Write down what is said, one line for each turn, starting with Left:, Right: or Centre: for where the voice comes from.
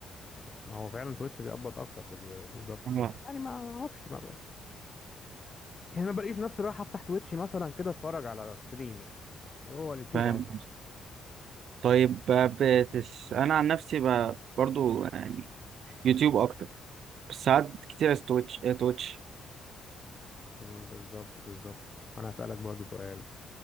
Left: ما هو فعلا تويتش بيقبض اكتر بز- بالظبط
Right: اه
Left: بس يعني ما ما اعرفش ما ما- يعني ما بلاقيش نفسي رايح افتح تويتش مثلا كده اتفرج على ستريم يعني يعني هو اليوتيوب
Right: فاهم
Left: على طول
Right: طيب ب- بتس... انا عن نفسي ب... برضو يعني يوتيوب اكتر بس ساعات كتير تويتش اه تويتش
Left: أمم، بالظبط بالظبط انا هسألك برضو سؤال